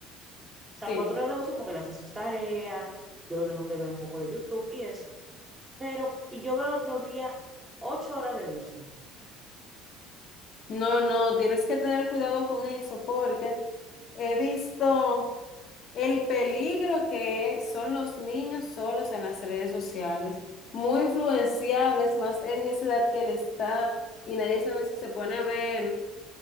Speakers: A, on the right; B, on the left.
A: sea,
B: Sí,
A: cuatro horas de uso porque le hace sus tareas, yo lo dejo que vea un poco de YouTube y eso. Pero y yo veo el otro día ocho horas de uso.
B: no, no, tienes que tener cuidado con eso porque he visto el peligro que son los niños solos en las redes sociales, muy influenciables más en esa edad que él está y nadie sabe si se pone a ver.